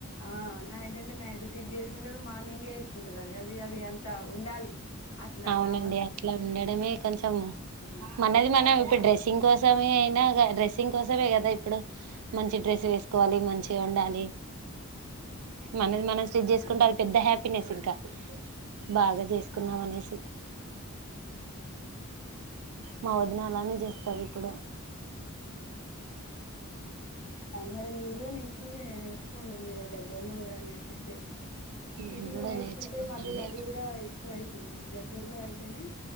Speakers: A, on the left; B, on the right.
A: ఆ నైట్ అంటే నైట్ స్టిచ్ కొందరు మార్నింగే ఎసుకుంటారు అది అది అది అంత ఉండాలి అట్లా
B: అవునండి
A: రావాలంటే
B: అట్లా ఉండడమే కొంచెం
A: ఆ
B: మనది మనం ఇప్పుడు డ్రెస్సింగ్ కోసమే అయినా గా డ్రెస్సింగ్ కోసమే గదా ఇప్పుడు మంచి డ్రెస్ వేసుకోవాలి మంచిగా ఉండాలి మనది మనం స్టిచ్ జేసుకుంటే అది పెద్ద హ్యాపీనెస్ ఇంకా బాగా జెస్ కున్నామనేసి
A: హ్మ్
B: మా వదిన అలానే చేస్ తది ఇప్పుడు
A: మరి మీరు కూడా నేర్ కుండి నేర్చుకోండి మీ దెగ్ దగ్గరలో ఎవరైనా నేర్పిస్తే
B: నేను
A: సిటీలో
B: కూడా
A: నేర్చుకుంటే
B: నేర్చుకోవాలండి
A: మళ్ళీ అది కూడా ఎక్కువ అయితుంది దగ్గర్లో అయితేనే